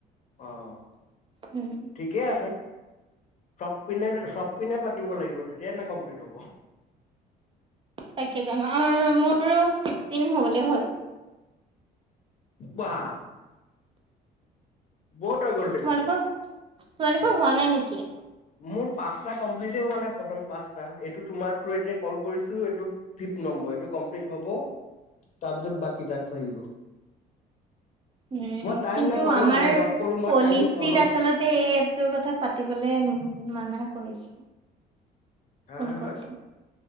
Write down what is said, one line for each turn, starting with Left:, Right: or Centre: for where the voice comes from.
Left: অঁ।
Right: উম
Left: ঠিকেই আছে। চব পিনে, চব পিনে পাতিব লাগিব, তেতিয় নে কমপ্লিট হ'ব।
Right: তাকে জানো, আৰু মোৰ বাৰু ফিফটিন হ'বলে হ'ল।
Left: বাহ বহত হৈ গ'ল দেখোন।
Right: তোমালোকৰ তোমালোকৰ হোৱা নাই নেকি?
Left: মোৰ পাঁচটা কমপ্লিটেই হোৱা নাই প্ৰথম পাঁচটা, এইটো তোমাৰ এতিয়া কল কৰিছোঁ, এইটো ফিফট নম্বৰ, এইটো কমপ্লিট হ'ব, তাৰপিছত বাকী তাকচ আহিব।
Right: উম,
Left: মই টাইম
Right: কিন্তু
Left: নাপাওঁ
Right: আমাৰ
Left: ন মই জব কৰো মই
Right: পলিচত
Left: টাইম নাপাওঁ ন
Right: আচলতে এইপটোৰ কথা পাতিবলে ন তি মানা কৰিছে।
Left: হা
Right: ফোন
Left: হা
Right: কৰোতে
Left: হা